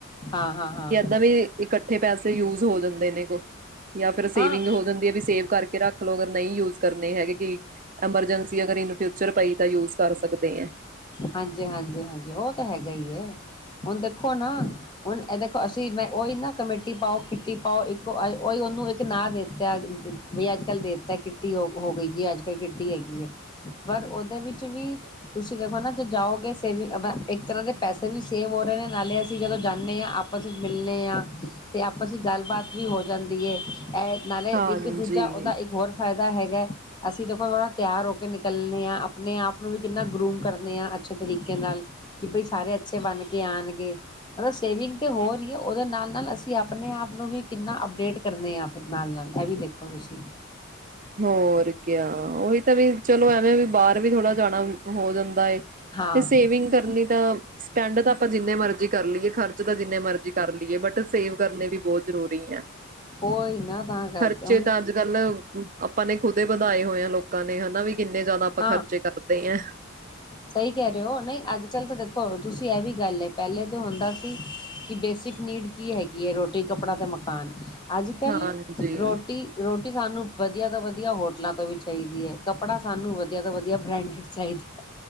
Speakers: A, on the left; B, on the right.
A: ਹਾਂ ਹਾਂ ਹਾਂ
B: ਏਦਾਂ ਵੀ ਇਕੱਠੇ ਪੈਸੇ ਯੂਜ ਹੋ ਜਾਂਦੇ ਨੇ। ਜਾਂ ਫਿਰ ਸੇਵਿੰਗ
A: ਹਾਂ
B: ਹੋ ਜਾਂਦ ਵੀ ਸੇਵ ਕਰਕੇ ਰੱਖ ਲਓ ਅਗਰ ਨਹੀਂ ਯੂਜ ਕਰਨੇ ਹੈਗੇ ਕਿ ਐਮਰਜੈਂਸੀ ਅਗਰ ਇਨੂੰ ਫਿਊਚਰ ਪਾਈ ਤਾਂ ਯੂਜ ਕਰ ਸਕਦੇ ਆ।
A: ਹਾਂਜੀ -ਹਾਂਜੀ- ਹਾਂਜੀ ਉਹ ਤਾਂ ਹੈਗਾ ਹੀ ਹੁਣ ਦੇਖੋ ਨਾ ਹੁਣ ਇਹ ਦੇਖੋ ਅਸੀਂ ਮੈਂ ਉਹੀ ਨਾ ਕਮੇਟੀ ਪਾਓ ਕਿੱਟੀ ਪਾਓ ਇੱਕ ਉਹੀ ਉਹਨੂੰ ਇੱਕ ਨਾਂ ਦੇ ਦਿੱਤਾ ਵੀ ਅੱਜ ਕੱਲ ਦੇਤਾ ਕਿੱਟੀ ਹੋ ਹੋ ਗਈ ਜੀ ਅੱਜ ਕੱਲ ਕਿੱਟੀ ਹੈਗੀ ਹੈ ਪਰ ਉਹਦੇ ਵਿੱਚ ਵੀ ਤੁਸੀਂ ਤੁਸੀਂ ਦੇਖੋ ਨਾ ਜੇ ਜਾਓਗੇ ਸੇਵਿੰਗ ਇੱਕ ਤਰ੍ਹਾਂ ਦੇ ਪੈਸੇ ਵੀ ਸੇਵ ਹੋ ਰਹੇ ਨੇ ਨਾਲੇ ਅਸੀਂ ਜਦੋਂ ਜਾਂਦੇ ਹਾਂ ਆਪਸ ਵਿੱਚ ਮਿਲਣੇ ਹਾਂ ਤੇ ਆਪਸ ਵਿਚ ਗੱਲਬਾਤ ਵੀ ਹੋ ਜਾਂਦੀ ਏ। ਇ ਨਾਲੇ
B: ਹਾਂਜੀ
A: ਇੱਕ ਦੂਜਾ ਉਹਦਾ ਇੱਕ ਹੋਰ ਫਾਇਦਾ ਦਾ ਹੈਗਾ ਅਸੀਂ ਦੇਖੋ ਥੋੜਾ ਤਿਆਰ ਹੋ ਕੇ ਨਿਕਲਣੇ ਆ ਆਪਣੇ ਆਪ ਨੂੰ ਵੀ ਕਿੰਨਾ ਗਰੂਮ ਕਰਨੇ ਆ ਅੱਛੇ ਤਰੀਕੇ ਨਾਲ ਕਿ ਬਈ ਸਾਰੇ ਅੱਛੇ ਬਣ ਕੇ ਆਉਣਗੇ ਮਤਲਬ ਸੇਵਿੰਗ ਤਾਂ ਹੋਰ ਹੀ ਆ ਉਹਦੇ ਨਾਲ ਨਾਲ ਅਸੀਂ ਆਪਣੇ ਆਪ ਨੂੰ ਵੀ ਕਿੰਨਾ ਅਪਡੇਟ ਕਰਨੇ ਹ ਫ ਨਾਲ ਨਾਲ ਇਹ ਵੀ ਦੇਖੋ ਤੁਸੀਂ
B: ਹੋਰ ਕਿਆ ਉਹੀ ਤਾਂ ਵੀ ਚਲੋ ਐਵੇਂ ਵੀ ਬਾਹਰ ਵੀ ਥੋੜਾ ਜਾਣਾ ਹੋ ਜਾਂਦਾ ਏ।
A: ਹਾਂ
B: ਤੇ ਸੇਵਿੰਗ ਕਰਨੀ ਤਾਂ ਸਪੈਂਡ ਤਾਂ ਆਪਾਂ ਜਿੰਨੇ ਮਰਜੀ ਕਰ ਲਈਏ ਖਰਚ ਤਾਂ ਜਿੰਨੇ ਮਰਜੀ ਕਰ ਲਈਏ ਬਟ ਸੇਵ ਕਰਨੇ ਵੀ ਬਹੁਤ ਜ਼ਰੂਰ <inaudible>
A: ਉਹੀ ਨਾ ਤਾਂ ਕਰਕੇ
B: ਖਰਚੇ
A: ਹੁਣ
B: ਤਾਂ ਅੱਜ- ਕੱਲ ਆਪਾਂ ਨੇ ਖੁਦ ਵਧਾਏ ਹੋਏ ਆ ਲੋਕਾਂ ਨੇ ਹਨਾ ਵੀ ਕਿੰਨੇ ਜ਼ਿਆਦਾ ਆਪਾਂ
A: ਹਾਂ
B: ਖਰਚੇ ਕਰਦੇ ਆਂ।
A: ਸਹੀ ਕਹਿ ਰਹੇ ਹੋ ਨਹੀਂ ਅੱਜ ਕੱਲ ਤਾਂ ਦੇਖੋ ਤੁ ਤੁਸੀਂ ਇਹ ਵੀ ਗੱਲ ਹੈ ਪਹਿਲੇ ਤਾਂ ਹੁੰਦਾ ਸੀ ਕਿ ਬੇਸਿਕ ਨੀਡ ਕੀ ਹੈਗੀ ਹੈ ਰੋਟੀ ਕੱਪੜਾ ਤੇ ਮਕਾਨ ਅੱਜ ਕੱਲ੍ਹ
B: ਹਾਂਜੀ
A: ਰੋਟੀ ਰੋਟੀ ਸਾਨੂੰ ਵਧੀਆ ਤੋਂ ਵਧੀਆ ਹੋਟਲਾਂ ਤੋਂ ਵੀ ਚਾਹੀਦੀ ਹੈ ਕੱਪੜਾ ਸਾਨੂੰ ਵਧੀਆ ਤੋਂ ਵਧੀਆ ਬ੍ਰੈਂਡਡ ਚਾਹੀਦਾ।